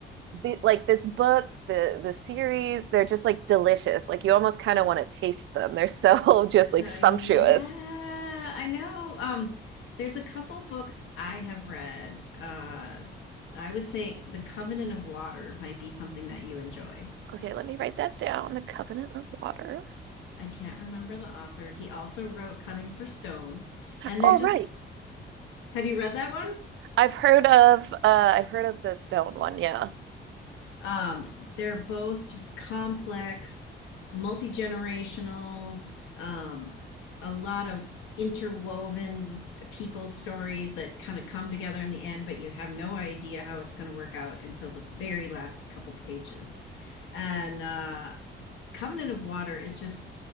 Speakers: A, on the right; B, on the left.
A: the like this book, the the series, they're just like delicious. Like you almost kind of want to taste them. They're so <laughs> just like
B: Uh,
A: sumptuous.
B: yeah, I know. Um there's a couple books I have read. Uh I would say The Covenant of Water might be something that you enjoy.
A: Okay, let me write that down. The Covenant of Water.
B: I can't remember the author. He also wrote Cutting for Stone. And
A: Oh,
B: they're just
A: right.
B: have you read that one?
A: I've heard of uh I've heard of the stone one, yeah.
B: Um, they're both just complex, multi generational, um, a lot of interwoven people stories that kind of come together in the end, but you have no idea how it's going to work out until the very last couple pages. And uh, Covenant of Water is just